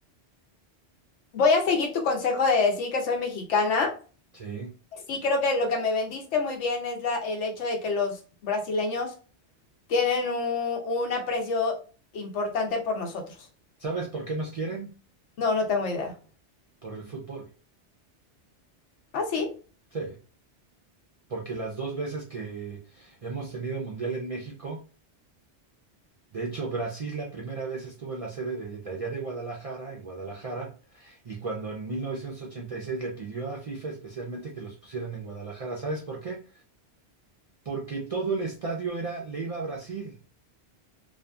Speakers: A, on the left; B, on the right.
A: voy a seguir tu consejo de decir que soy mexicana.
B: sí.
A: Sí, creo que lo que me vendiste muy bien es la, el hecho de que los brasileños tienen un, un aprecio importante por nosotros.
B: ¿Sabes por qué nos quieren?
A: No, no tengo idea.
B: Por el fútbol.
A: Ah, sí.
B: Sí, porque las dos veces que hemos tenido mundial en México, de hecho Brasil la primera vez estuvo en la sede de, de allá de Guadalajara, en Guadalajara, y cuando en 1986 le pidió a FIFA especialmente que los pusieran en Guadalajara, ¿sabes por qué? Porque todo el estadio era, le iba a Brasil.